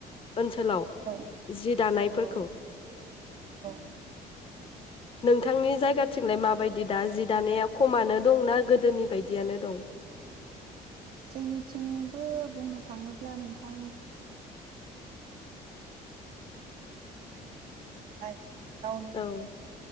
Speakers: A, on the left; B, on the right.
A: ओनसोलाव
B: औ
A: जि दानायफोरखौ
B: औ औ औ
A: नोंथांनि जायगाथिंलाय माबायदि दा जि दानाया खमनो दंना गोदोनि बायदियानो दं?
B: जोंनिथिंबो बुंनो थाङोल्बा नोंथां <unintelligible> गावनि
A: औ
B: आथा